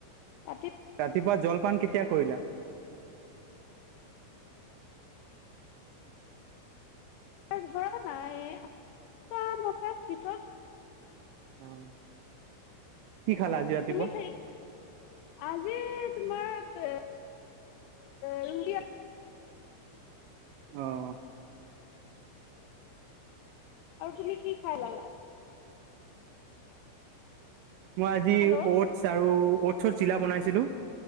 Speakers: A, on the left; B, on the right.
A: ৰাতি
B: ৰাতিপুৱা জলপান কেতিয়া কৰিলা?
A: ধৰা নাই আঠটা নটাৰ ভিতৰত।
B: অ'। কি খালা ৰাতিপুৱা
A: তুমি
B: আজি
A: খাই আজি তোমাৰ। <unintelligible>
B: অ'।
A: আৰু তুমি কি খাই ললা?
B: মই আজি
A: হেল্ল'
B: অটছ আৰু অটছৰ চিলা বনাইছিলো।